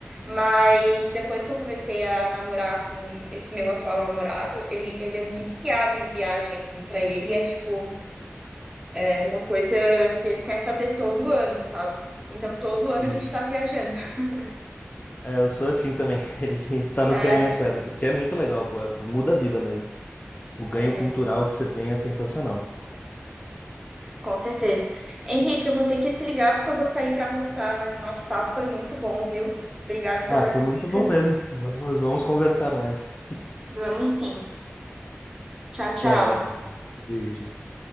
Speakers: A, on the right; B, on the left.
A: Mas depois que eu comecei a namorar com esse meu atual namorado, ele, ele é um viciado em viagem, assim, pra ele é tipo É uma coisa que ele quer fazer todo ano, sabe? Então, todo
B: Sim.
A: ano a gente está viajando. <laughs>
B: É, eu sou assim também. <laughs> Ele tá no
A: É,
B: caminho certo, porque é muito legal, pô. é- Muda a vida mesmo. O ganho
A: é mesmo.
B: cultural que você tem é sensacional.
A: Com certeza. Henrique, eu vou ter que desligar porque eu vou sair para almoçar, mas o nosso papo foi muito bom, viu? Obrigado pelas
B: Ah, foi muito
A: dicas.
B: bom mesmo. Vamos, vamos conversar mais.
A: Vamos sim. Tchau, tchau.
B: Tchau, Evelyn. Beijos.